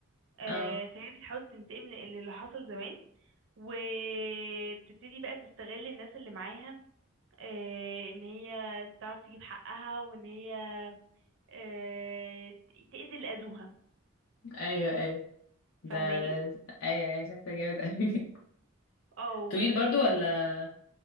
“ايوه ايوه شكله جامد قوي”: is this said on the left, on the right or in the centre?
Left